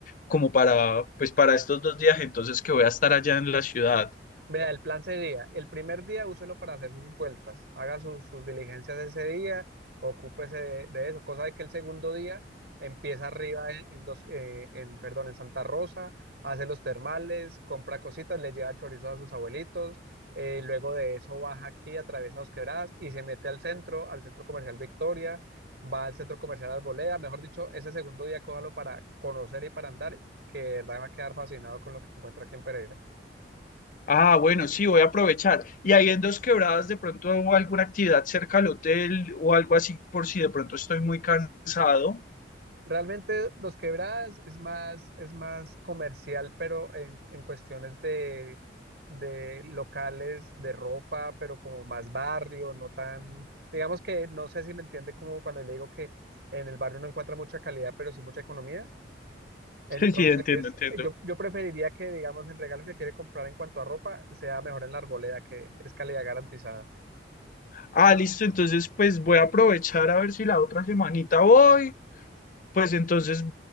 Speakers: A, on the left; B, on the right.
A: como para, pues para estos dos días entonces que voy a estar allá en la ciudad?
B: Vea, el plan sería, el primer día úselo para hacer sus vueltas, haga sus, sus diligencias ese día, ocúpese de, de eso, cosa de que el segundo día empieza arriba en, en dos, eh, en, perdón, en Santa Rosa, hace los termales, compra cositas, le lleva chorizos a sus abuelitos, eh, luego de eso baja aquí, atraviesa Dos Quebradas y se mete al centro, al centro comercial Victoria, va al centro comercial Arboleda, mejor dicho, ese segundo día cójalo para conocer y para andar, que de verdad va a quedar fascinado con lo que encuentra aquí en Pereira.
A: Ah, bueno, sí, voy a aprovechar. Y ahí en Dos Quebradas, de pronto hago alguna actividad cerca al hotel o algo así, por si de pronto estoy muy cansado.
B: Realmente Los Quebradas es más, es más comercial, pero en, en cuestiones de, de locales de ropa, pero como más barrio, no tan, digamos que no sé si me entiende como cuando le digo que en el barrio no encuentra mucha calidad, pero sí mucha economía. Entonces,
A: Sí, sí, entiendo, entiendo.
B: yo, yo preferiría que, digamos, el regalo que quiere comprar en cuanto a ropa sea mejor en la arboleda, que es calidad garantizada.
A: Ah, listo, entonces pues voy a aprovechar a ver si la otra semanita voy. Pues entonces